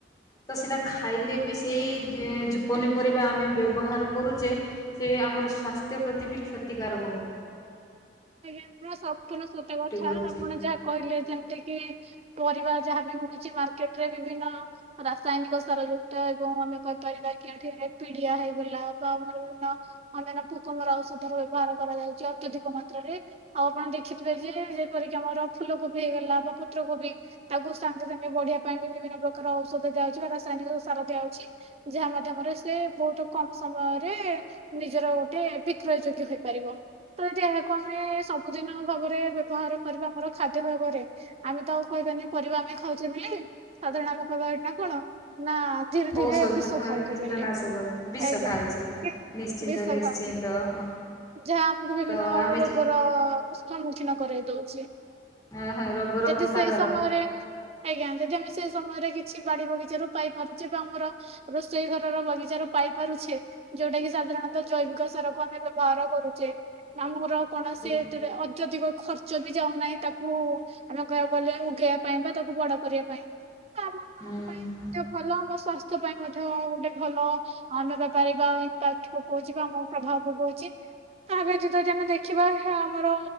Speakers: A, on the left; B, on the right.
A: ତ ସେଇଟା ଖାଇଲେ ବି ସେଇ ଯଉ ପନିପରିବା ଆମେ ବ୍ୟବହାର କରୁଚେ, ସେ ଆମର ସ୍ୱାସ୍ଥ୍ୟ ପ୍ରତି ବି କ୍ଷତିକାରକ ହବ।
B: ଆଜ୍ଞା ଆପଣ ସମ୍ପୂର୍ଣ୍ଣ ସତ କଥା
A: କରୁଛି
B: ଆପଣ ଯାହା କହିଲେ ଯେମିତି କିି ପରିବା ଯାହାବି ମିଳୁଚି ମାର୍କେଟ ରେ ବିଭିନ୍ ରାସାୟନିକ ସାର ଯୁକ୍ତ ଏବଂ ଆମେ କହିପାରିବା ଠି ପିଡିଆ ହେଇଗ ବା ଆମର ବି ଅନ୍ୟ ପୋକମରା ଔଷଧର ବ୍ୟବହାର କରାଯାଉଛି। ଅତ <unintelligible> ଆଉ ଆପଣ ଦେଖିଥିବେ ଯେ ଯେପରିକି ଆମର ଫୁଲକୋବି ହେଇଗଲା ବା ପତ୍ରକୋବି ତାକୁ ସାଙ୍ଗେ ସାଙ୍ଗେ ବଢିବା ପାଇଁ ବି ବିଭିନ୍ନ ପ୍ରକାର ଔଷଧ ଦିଆହଉଛି ବା ରାସାୟନିକ ସାର ଦିଆହଉଛି ଯାହା ମାଧ୍ୟମରେ ସେ ବହୁତ କମ୍ ସମୟରେ ନିଜର ଗୋଟେ ବିକ୍ରୟ ଯୋଗ୍ୟ ହେଇପାରିବ। ତ ଏଇଠି ଦୋକାନ ରେ ସବୁଦିନ ଭାବରେ ବ୍ୟବହାର କରିବା ଆମର ଖାଦ୍ୟ ଭାବରେ ଆମେ ତ ଆଉ କହିବାନାଇଁ ପରିବା ଆମେ ଖାଉ ଚି ବିଲି ସାଧାରଣ ଆମେ କହିବା ଏଇଟା କଣ ନା ଧୀରେ ଧୀରେ
A: ଔଷଧ
B: ବିଷ
A: ନହେଲେ
B: ଖାଉଛେ
A: କୀଟାନାଶ
B: ବୋଲି
A: ବିଷ
B: ଆଜ୍ଞା।
A: ଖାଉଛି
B: କି-
A: ନିଶ୍ଚିନ୍ତ
B: ବିଷ
A: ନିଶ୍ଚିନ୍ତ
B: ଖାଉଛେ
A: ହଁ
B: ଯାହା ଆମକୁ ବିଭିନ୍ନ
A: ତ ଆମେ
B: ରୋଗର <unintelligible> କିଛି ନ କରେ ଦଉଛି,
A: ହଁ ହଁ ରୋଗର
B: ଯଦି
A: ଗନ୍ତାଘର
B: ସେଇ ସମୟରେ ଆଜ୍ଞା ଯଦି ଆମେ ସେଇ ସମୟରେ କିଛି ବାଡି ବଗିଚାରୁ ପାଇପାରୁଚେ ବା ଆମର ରୋଷେଇ ଘରର ବଗିଚାରୁ ପାଇ ପାରୁଛେ ଯୋଉଟା କି ସାଧାରଣତଃ ଜୈବିକ ସାର କୁ ଆମେ ବ୍ୟବହାର କରୁଚେ ମାମୁଘର କୌଣସି
A: ହୁଁ
B: ଏଥିରେ ଅଦ୍ୟଧିକ ଖ ଯଦି ଜାଣୁନାହିଁ ତାକୁ ଆମେ କହିବାକୁ ଗଲେ ଉଗେଇବା ପାଇଁ ବା ତାକୁ ବଡ କରିବା <unintelligible> ଆମ
A: ହୁଁ
B: ପାଇଁ ମଧ୍ୟ ଭଲ ଆମ ସ୍ୱାସ୍ଥ୍ୟ ପାଇଁ ମଧ୍ୟ ଗୋଟେ ଭଲ ଆମେ ପାଇ ପାରିବା ଇମ୍ପାକ୍ଟ ପକଉଛି ବା ଆମକୁ ପ୍ରଭାବ ପକଉଛି ତା ବ୍ୟତୀତ ଯଦି ଆମେ ଦେଖିବା ଦେଖିବା ଏହା ଆମର